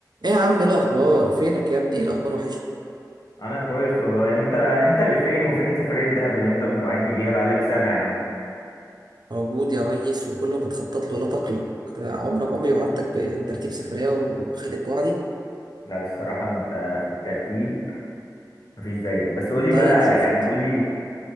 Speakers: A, on the right; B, on the left.
A: ايه يا عم ايه الاخبار فينك يا ابني ايه الاخبار وحشني
B: انا كويس والله انت انت اللي فين وفين سفرية دهب اللي انت موعدني بيها بقالك سنة يا عم
A: موجود يا ريس وكله متخطط له ولا تقلق ده عمرك عمري وعدتك بترتيب سفرية وخليت وعدي
B: لا الصراحة انت في الترتيب مفيش زيك بس قولي
A: طيب
B: بقى
A: شفت
B: يعني قولي